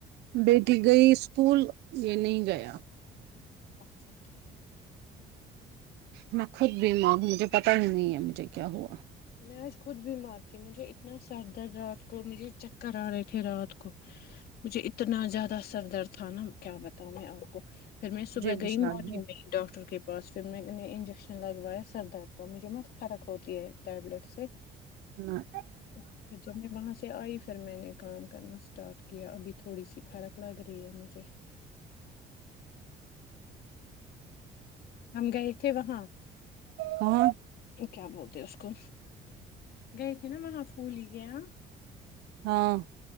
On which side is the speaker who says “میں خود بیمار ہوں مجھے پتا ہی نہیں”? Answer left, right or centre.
Right